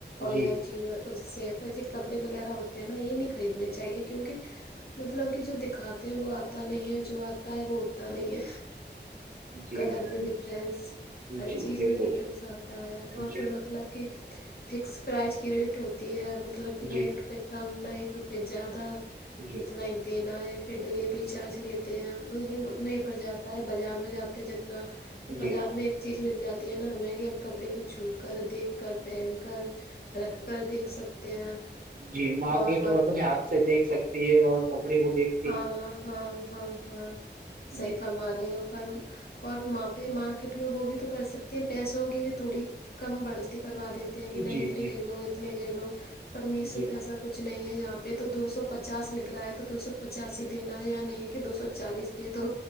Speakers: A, on the left (about 60°); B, on the right (about 50°).
A: آن
B: جی
A: لائن چیز اس سے پ یہ کپڑے وغیرہ ہوتے ہیں نا یہ نہیں خریدنے چاہیے کیونکہ مطلب کہ جو دکھاتے ہیں وہ آتا نہیں ہے جو آتا ہے وہ اتا نہیں ہے
B: جی
A: کلر
B: میم،
A: میں ڈفرینس ہر
B: جی
A: چیز
B: دیکھو
A: میں ڈفرینس آتا ہے اور
B: جی
A: پھر مطلب فکس پرائز کی ریٹ ہوتی ہے مطلب کہ ن
B: جی
A: ایک روپئے کم ن ایک روپئے زیادہ
B: جی
A: اتنا ہی دینا ہے پھر ڈیلیوری چارج لیتے ہیں مطلب اتنا ہی پڑ جاتا ہے بازار میں جاتے ہیں جتنا بازار
B: جی
A: میں ایک چیز مل جاتی ہے نا ہمیں کہ ہم کپڑے کو چھو کر دیکھ کر پہن کر رکھ کر دیکھ سکتے ہیں
B: جی مارکیٹ
A: اور مطلب
B: میں اپنے آات سے دیکھ سکتی ہے اور کپڑے کو دیکھ
A: ہاں ہاں ہاں ہاں صحی
B: جی
A: فرما رہے ہو پر اور وہاں پہ مارکیٹ میں وہ بھی تو کر سکتے ہیں پیسوں کی بھی تھوڑی کم بڑھوتی کروا دیتے ہیں کہ نہیں
B: جی
A: اتنے
B: جی
A: لے لو اتنے لے لو پرمیس
B: جی
A: سو پیسہ کچھ نہیں ہے یہاں پہ تو دو سو پچاس لکھ رہا ہے تو دو سو پچاسی دینا ہے یا نہیں ہے کہ دو سو چالیس دے دو